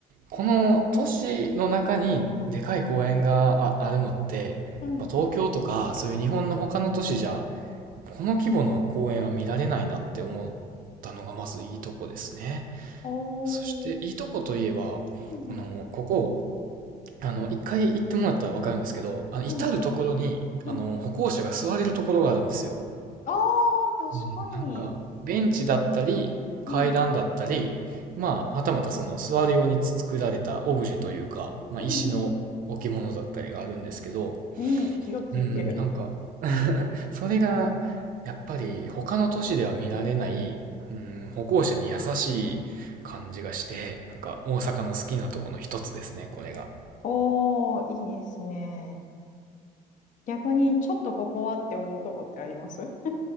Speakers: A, on the right; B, on the left.
A: この都市の中にでかい公園があ、あるのって、
B: うん。
A: やっぱ東京とかそういう日本の他の都市じゃ、この規模の公園は見られないなって思ったのがまずいいとこですね。
B: おー。
A: そして、いいとこといえば、
B: うんうん。
A: あの、ここ、あの、一回行ってもらったらわかるんですけど、あの、至るところに、
B: うん
A: あの、
B: うん。
A: 歩行者が座れるところがあるんですよ。
B: ああ、確かに。
A: うん、なんか、ベンチだったり、階段だったり、
B: うん。
A: まあ、はたまたその座るように作られたオブジェというか、まあ、
B: うんうんうん。
A: 石の置物だったりがあるんですけど、
B: うん気が利いてる。
A: うんうん、なんか <laughs> それが、やっぱり他の都市では見られない、うん、歩行者に優しい感じがして、なんか大阪の好きなとこの一つですね、これが。
B: おお、いいですね。逆にちょっとここはって思うとこってあります？